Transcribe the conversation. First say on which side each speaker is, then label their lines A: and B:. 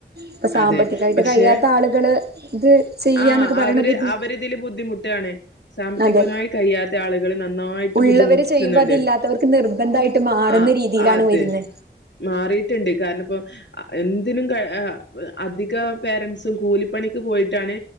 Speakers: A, on the right (about 60°); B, on the left (about 80°).
A: ഇപ്പൊ സാമ്പത്തികായിട്ട്
B: അതെ പക്ഷെ
A: കയ്യാത്ത ആള്കള് ഇത് ചെയ്യാന്നക്കെ
B: ആഹ്
A: പറയ്ണ്
B: അവര്
A: ബുദ്ധി
B: അവരിതില് ബുദ്ധിമുട്ടാണ് സാമ്പത്തികപരമായി
A: അതെ
B: കയ്യാ ത്ത ആള്കള് നന്നായിട്ട്
A: ഉള്ളവര്
B: ബുദ്ധിമുട്ട്ന്ന്ണ്ട്.
A: ചെയ്യുമ്പോ അതില്ലാത്തവർക്ക് നിർബന്ധായിട്ട് മാറുന്ന
B: ആഹ്
A: രീതിയിലാണ്
B: അത്
A: വരുന്നെ.
B: മാറിട്ട്ണ്ട്. കാരണം ഇപ്പ എന്തിനും ക അ അധിക പേരൻസും കൂലിപ്പണിക്ക് പോയിട്ടാണ്